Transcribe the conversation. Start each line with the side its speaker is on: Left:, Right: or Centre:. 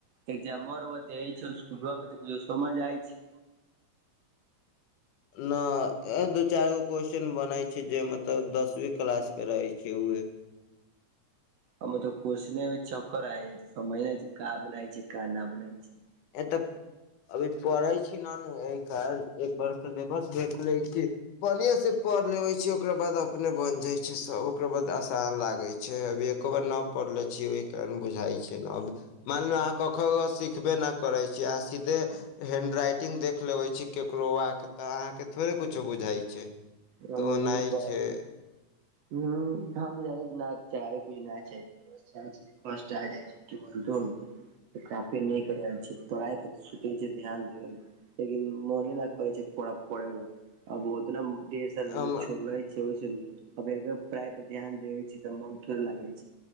Right: एकजाम मरब छै स्कूल मे त को समझ आइ छै
Left: न ए दू चारि गो क्वेश्चन बनै छै जे मतलब दसवी क्लास के रहे छै उह
Right: हम त कोषने मे चक्कर आ जाइ छै समझना छै का बनाै छै का न बनाय छै
Left: ए तऽ अभी पढ़ै छी न नू एहि कारण एक बार सिलेबस देख लइ छि बढ़आ से पढ़ लेबे छै ओकरा बाद अपने बन जाइ छै सब ओकरा बाद आसान लागे छै अभी एक बार न पढ़ले छी ओहि कारण बुझाइ छै मान ल अहाँ कखग सिखबे ने करै छी अहाँ सीधे हैंडराइटिंग देख लेबैत छी ककरो आ तऽ अहाँके थोड़े किछो बुझाइत छै
Right: ह
Left: तऽ ओनाइ
Right: ई बात
Left: छै
Right: ह हँ <unintelligible> ने कुछ नहि अच्छा कष्ट आजाए <unintelligible> तऽ काफी नीक रहै छै पढ़ाइ पर तऽ सोचै छै ध्यान देबै ल लेकिन मने न करै छै प पढ़े आब ओतना छोड़े
Left: हम
Right: छै ओयसे नीक प्राय पर ध्यान देे छै तऽ मन थोड़े लागै छै